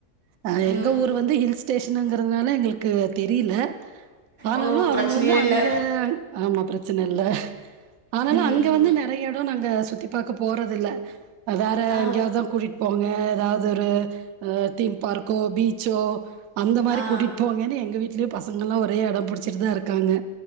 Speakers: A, on the right; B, on the right.
A: ஆ எங்க
B: ம்
A: ஊர் வந்து ஹில்ஸ் ஸ்டேஷன்ங்கிறதுனால எங்களுக்கு தெரியல ஆனாலு
B: ஓ பிரச்சனையே
A: அங்க வந்து
B: இல்ல
A: அங்க ஆமா பிரச்சனை இல்ல ஆனாலு
B: ம்
A: அங்க வந்து நெறைய எடோ நாங்க சுத்தி பாக்கப் போறதில்ல வேற
B: ஆ
A: எங்கேயாவதுதா கூட்டிகிட்டு போங்க ஏதாவ துதொரு அ தீம் பார்க்கோ பீச்சோ அந்த மாரி
B: ஆ
A: கூட்டிட்டு போங்கன்னு எங்க வீட்லயு பசங்கல்லா ஒரே அடம் பிடிச்சிட்டு தா இருக்காங்க